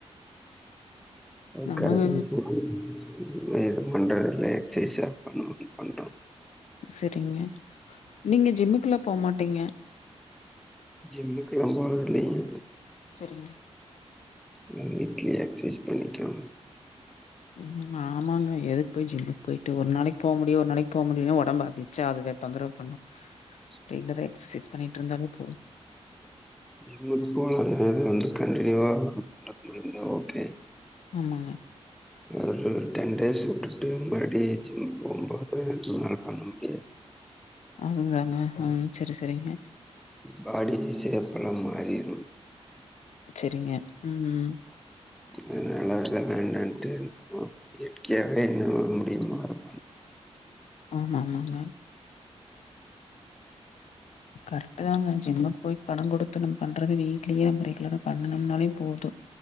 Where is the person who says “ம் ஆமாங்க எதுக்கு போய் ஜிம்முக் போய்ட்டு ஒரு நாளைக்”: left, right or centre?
Left